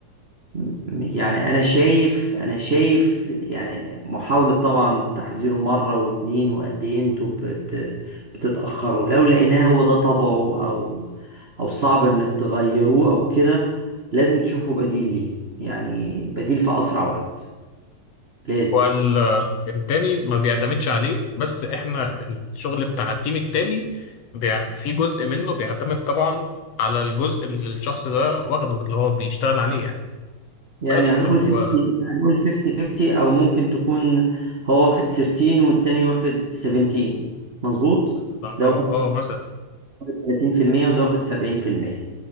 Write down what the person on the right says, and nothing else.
م- يعني أنا شايف أنا شايف يعني محاولة طبعا تحذيره مرة واتنين وقد إيه أنتوا بت بتتأخروا لو لقيناه هو ده طبعه أو أو صعب إنك تغيروه أو كده لازم تشوفوا بديل ليه يعني بديل في أسرع وقت لازم
يعني
هنقول
50 هنقول 50 50 او ممكن تكون هو واخد 13 والتاني واخد 17 مظبوط ده
واخد
30% وده واخد 70%